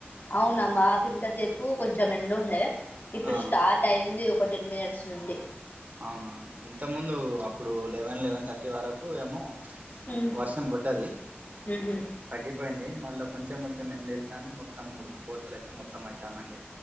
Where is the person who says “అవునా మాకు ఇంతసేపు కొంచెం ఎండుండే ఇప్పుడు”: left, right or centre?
Left